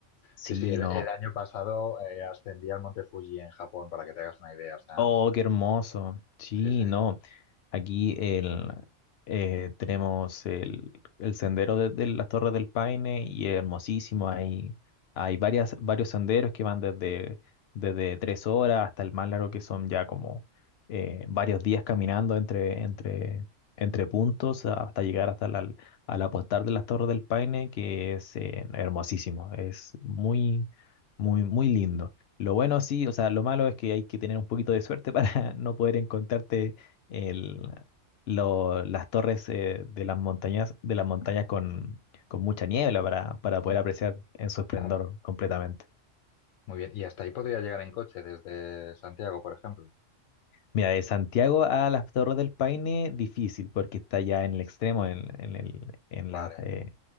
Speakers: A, on the left; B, on the left.
A: Sí,
B: Sí, sí, el,
A: no.
B: el año pasado eh, ascendí al Monte Fuji en Japón, para que te hagas una idea. O sea,
A: Oh,
B: me encanta.
A: qué hermoso. Sí,
B: Sí, sí.
A: no. Aquí el, eh, tenemos el, el sendero de, de las Torres del Paine y es hermosísimo. Hay, hay varias, varios senderos que van desde, desde tres horas hasta el más largo que son ya como eh, varios días caminando entre, entre, entre puntos hasta llegar hasta la, al apostar de las Torres del Paine, que es eh, hermosísimo. Es muy, muy, muy lindo. Lo bueno sí, o sea, lo malo es que hay que tener un poquito de suerte para <laughs> no poder encontrarte el, lo- las torres eh, de las montañas, de las montañas con, con mucha niebla para, para
B: Ujú,
A: poder apreciar en su esplendor
B: Claro.
A: completamente.
B: Muy bien. Y hasta ahí podría llegar en coche desde Santiago, por ejemplo.
A: Mira, de Santiago a las Torres del Paine, difícil, porque está ya en el extremo, en, en el, en
B: Vale.
A: la, eh,